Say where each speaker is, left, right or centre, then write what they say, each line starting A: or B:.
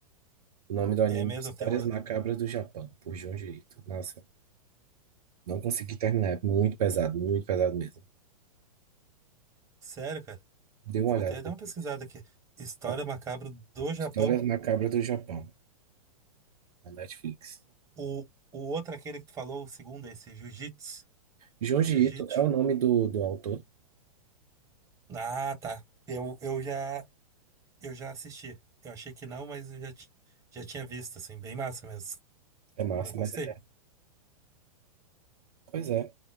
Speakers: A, on the right; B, on the right.
A: O nome do anime
B: É mesmo,
A: é Histórias
B: terror.
A: Macabras do Japão, por Junji Ito. Nossa, Não consegui terminar, é muito pesado, muito pesado mesmo.
B: Sério, cara?
A: Dê uma
B: Eu vou
A: olhada
B: até dar
A: depois.
B: uma pesquisada aqui. História
A: Ah,
B: macabra do Japão.
A: Histórias Macabras do Japão, na Netflix.
B: O, o outro, aquele que tu falou, o segundo, esse Jiu-Jitsu.
A: Junji
B: Jiu-Jitsu.
A: Ito é o nome do, do autor.
B: Ah, tá. Eu, eu já, eu já assisti. Eu achei que não, mas eu já, ti- já tinha visto, assim, bem massa mesmo.
A: É massa,
B: Eu gostei.
A: mas é. Pois é.